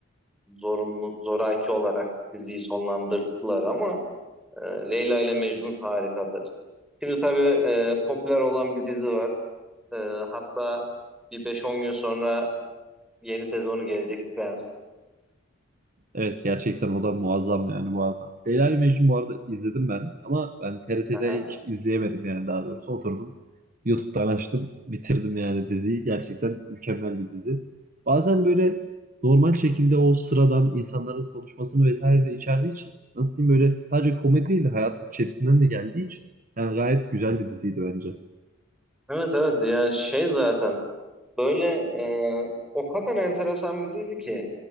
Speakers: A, in the centre; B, on the right.
A: e, zorunlu, zoraki olarak diziyi sonlandırdılar ama E, Leyla ile Mecnun harikadır. Şimdi tabii e, popüler olan bir dizi var. E, hatta bir beş on gün sonra yeni sezonu gelecek Friends.
B: Evet gerçekten o da muazzam yani bu arada. Leyla ile Mecnun bu arada izledim ben ama ben TRT'de
A: Aha.
B: hiç izleyemedim yani daha doğrusu oturdum. YouTube'dan açtım bitirdim yani diziyi. Gerçekten mükemmel bir dizi. Bazen böyle normal şekilde o sıradan insanların konuşmasını vesaire de içerdiği için nasıl diyeyim böyle sadece komedi değil de hayatın içerisinden de geldiği için yani gayet güzel bir diziydi bence.
A: Evet evet ya şey zaten böyle e, o kadar enteresan bir dizi ki